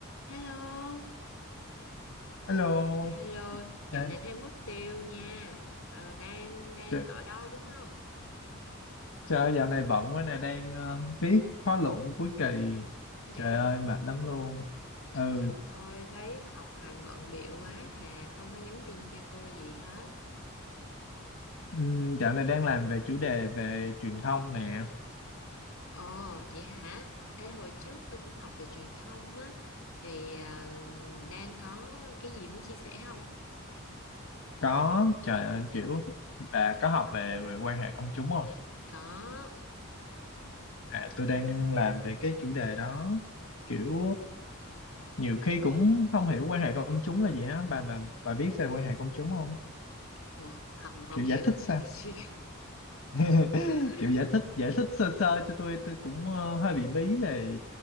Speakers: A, on the left (about 80°); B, on the left (about 70°).
A: Hello,
B: Hello,
A: hello, dạo
B: à,
A: này thêm mất tiêu nha. Ờ, đang đang
B: trời,
A: ở đâu đúng không?
B: trời ơi, dạo này bận quá nè, đang ờ, viết khóa luận cuối kỳ.
A: Để
B: Trời ơi, mệt lắm luôn. Ừ,
A: trời ơi thấy học hành bận bịu quá hà, không có nhắn tin cho tôi gì hết.
B: ừm, dạo này đang làm về chủ đề về truyền thông nè.
A: Ồ, vậy hả? Ê hồi trước tôi cũng học về truyền thông á thì ờ, đang có cái gì muốn chia sẻ không?
B: Có, trời ơi, kiểu, và có học về, về quan hệ công chúng không?
A: Có.
B: À, tôi đang làm về cái chủ đề đó. Kiểu, nhiều khi cũng không hiểu quan hệ công chúng là gì á. Bà, bà, bà biết về quan hệ công chúng không?
A: Ủa, không không
B: Kiểu
A: hiểu
B: giải
A: nên
B: thích sao?
A: là gì.
B: <laughs>
A: <laughs>
B: kiểu giải thích giải thích sơ sơ cho tôi tôi cũng ờ, hơi bị bí về